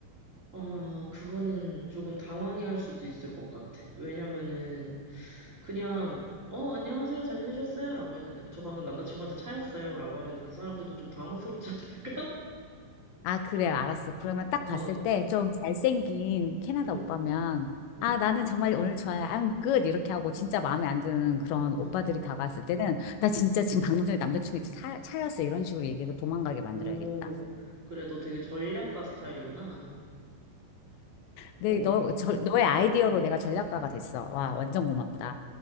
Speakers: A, on the right; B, on the left.
A: 아, 그거는 조금 당황해 할 수도 있을 것 같아. 왜냐면은, 그냥, 어, 안녕하세요, 잘 지내셨어요? 라고 했는데, 저 방금 남자친구한테 차였어요? 라고 하면 그 사람들도 좀 당황스럽지 않을까? <laughs>
B: 아, 그래, 알았어. 그러면 딱 봤을
A: 어,
B: 때 좀 잘생긴 캐나다
A: 응,
B: 오빠면,
A: 응,
B: 아, 나는 정말 오늘 좋아요. I'm good. 이렇게 하고 진짜 마음에 안 드는 그런 오빠들이
A: 응.
B: 다가왔을 때는, 나 진짜 지금 방금 전에 남자친구 차, 차였어. 이런 식으로 얘기해서 도망가게 만들어야겠다.
A: 오, 그래, 너 되게 전략가 스타일이구나.
B: 네,
A: 어.
B: 너, 저, 너의 아이디어로 내가 전략가가 됐어. 와, 완전 고맙다.